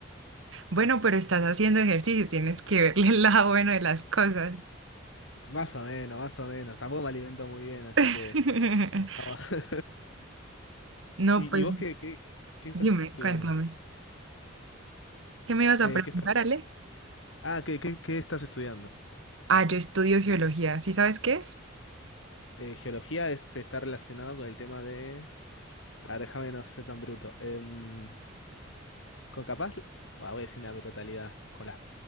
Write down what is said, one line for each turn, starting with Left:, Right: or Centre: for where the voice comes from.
Right: Bueno, pero estás haciendo ejercicio, tienes que verle el lado bueno de las cosas.
Left: Más o menos, más o menos. Tampoco me alimento muy bien, así
Right: <laughs>
Left: que estamos. <laughs>
Right: No,
Left: ¿Y,
Right: pues
Left: y vos qué, qué, qué estás
Right: dime,
Left: estudiando?
Right: cuéntame. ¿Qué me ibas
Left: Eh,
Right: a preguntar,
Left: ¿qué estás...
Right: Ale?
Left: Ah, ¿qué, qué, qué estás estudiando?
Right: Ah, yo estudio geología, ¿sí sabes qué es?
Left: Eh, geología es, está relacionado con el tema de... A ver, déjame no ser tan bruto. Em, con capaz, bah, voy a decir una brutalidad. ¿Con las